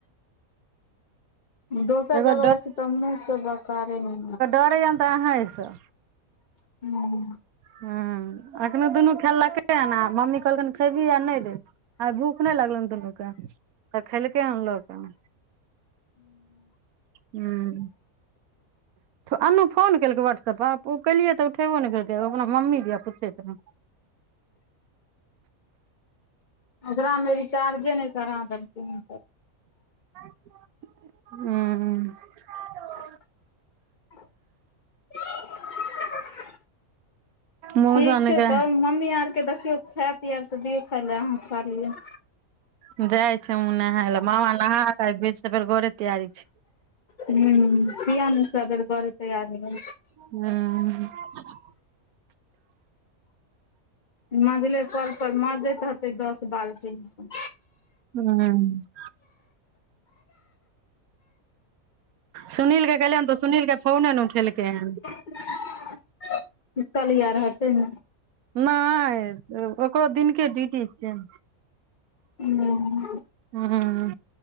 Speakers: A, on the left; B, on the right.
A: दोसर
B: एगो
A: जगह जाइ छी तऽ हमहुँ सब बेकारेमे
B: करैये नै तऽ अहां <unintelligible> सँ।
A: <inaudible>
B: हं, एखनो दुनू खेललकै हन आ मम्मी कहलकन खेबही आ नहि देबही आइ भूख नहि लगलौ आ दुन्नू के? त खेलकै हन लो कऽ। हूं। अन्नू फोन केलकै वाट्सएप्प पर। ओ केलियै तऽ उठेबो नहि केलकै ओ अपना मम्मी दिया पूछैत रहे।
A: ओकरामे रिचार्जे नहि करा देलखिन त।
B: उं- हूं खा लो।
A: <inaudible>
B: मौसा
A: ठीक
B: नहिके
A: छै तऽ मम्मी आर कतेय खायत यार तऽ दियौ खाय ले। अहाँ खा लिअ
B: जाय छी हमूं नहाय ले, मामा नहा कऽऐ फेर-से-फेर घरे तैयारी छै।
A: उं, किये ने सगर गरे तैयारी में
B: हूँ।
A: माँजले कल पर माँजैत हतै दस बारह टिन सँ
B: <inaudible> सुनील के गेलैहन तऽ सुनील के फोने न उठेलकै हन
A: <unintelligible> निकालिया रहतै ने?
B: नाँय, ओ-ओको दिनके ड्यूटी चैन।
A: ऊँ
B: हूं,